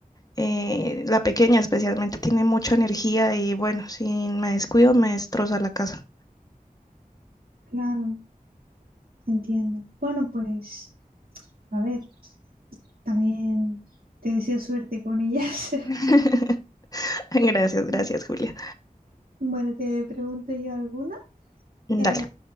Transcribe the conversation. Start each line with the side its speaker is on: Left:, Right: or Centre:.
Left: eh, la pequeña especialmente tiene mucha energía y bueno, si me descuido me destroza la casa.
Right: claro, entiendo. Bueno, pues, a ver, también te deseo suerte con ellas.
Left: <laughs> Gracias, gracias,
Right: <laughs>
Left: Julia.
Right: Bueno, te pregunto yo alguna.
Left: Dale.
Right: Eh,